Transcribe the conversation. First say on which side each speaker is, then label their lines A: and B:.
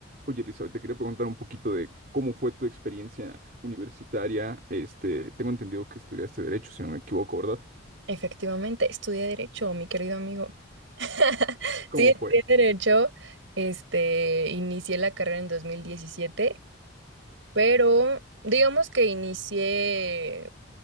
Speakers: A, on the right; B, on the right.
A: Oye, Elizabeth, te quería preguntar un poquito de cómo fue tu experiencia universitaria. Este, tengo entendido que estudiaste Derecho, si no me equivoco, ¿verdad?
B: Efectivamente, estudié derecho, mi querido amigo. <laughs>
A: ¿Cómo
B: Sí, estudié
A: fue?
B: derecho. Este, inicié la carrera en dos mil diecisiete pero digamos que inicié